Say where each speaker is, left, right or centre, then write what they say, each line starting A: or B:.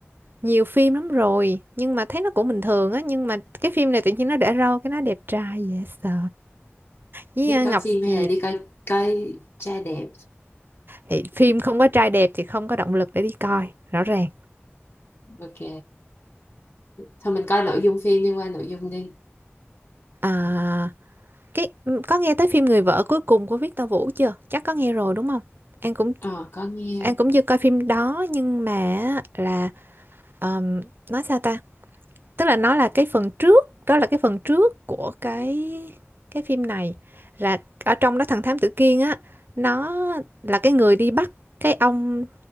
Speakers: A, on the right; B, on the left.
A: nhiều phim lắm rồi, nhưng mà thấy nó cũng bình thường á, nhưng mà cái phim này tự nhiên nó để râu cái nó đẹp trai dễ sợ. Với
B: Đi
A: ờ, Ngọc
B: coi phim
A: Diệp
B: hay là đi coi coi trai đẹp?
A: thì phim không có trai đẹp thì không có động lực để đi coi, rõ ràng.
B: Ok, thôi mình coi nội dung phim đi qua nội dung đi.
A: À, cái ừ, có nghe tới phim Người vợ cuối cùng của Victor Vũ chưa? Chắc có nghe rồi đúng không? An cũng
B: Ờ, có nghe,
A: An cũng chưa coi phim đó nhưng mà á, là ờm, nói sao ta? Tức là nó là cái phần trước, đó là cái phần trước của cái cái phim này là ở trong đó thằng Thám Tử Kiên á, nó là cái người đi bắt cái ông